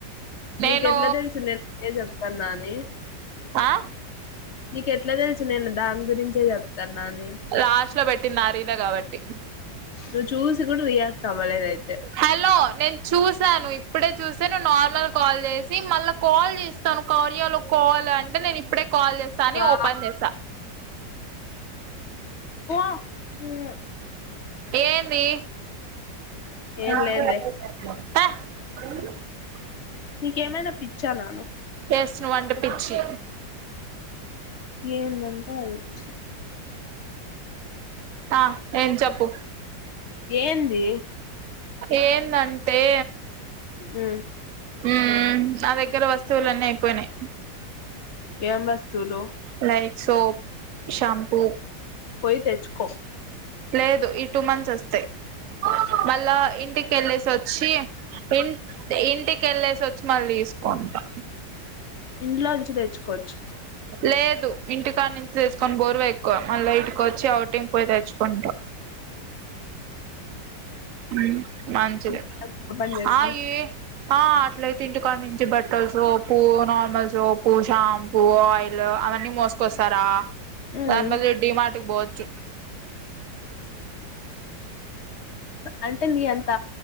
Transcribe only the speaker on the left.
నీకెట్లా
తెల్సు నేను అదే చెప్తాన్నా అని
నీకెట్ల తెల్సు నేను దాని గురించే చెప్తాన్న అని
నువ్ చూసి గుడ రియాక్ట్ అవ్వలేదయి
బా
పో ఉమ్,
ఏం లేదులే నీకేమైనా పిచ్చా నాను
ఏందంత అదిచ్చే
ఏంది
ఉమ్
ఏం వస్తువులు
పోయి తెచ్చుకో
ఇంట్లో నుంచి తెచ్చుకోవచ్చు
అ
మనం ఒక పని చేస్తాం
ఉమ్
అంటే నీ అంత